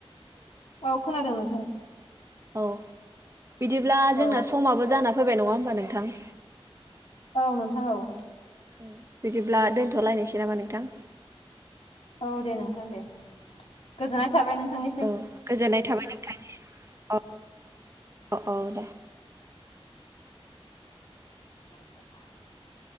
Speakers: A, on the left; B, on the right.
A: औ खोनादों नोंथां।
B: औ बिदिब्ला
A: औ
B: जोंना समाबो जाना फैबाय नङा होमबा नोंथां?
A: औ नोंथां औ।
B: औ बिदिब्ला दोनथ'लायनोसै नामा नोंथां?
A: औ दे नोंथां दे गोजोननाय थाबाय नोंथांनिसिम।
B: औ गोजोननाय थाबाय नोंथां औ औ औ दे।
A: <inaudible>